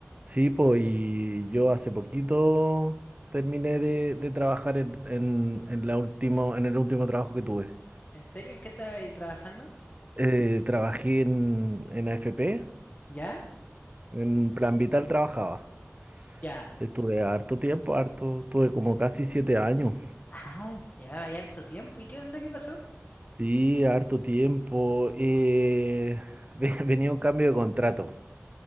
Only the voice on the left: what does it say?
¿En serio? ¿En qué estás ahí trabajando?
¿Ya?
Ya.
Ah, llevaba ya harto tiempo. ¿Y qué onda? ¿Qué pasó?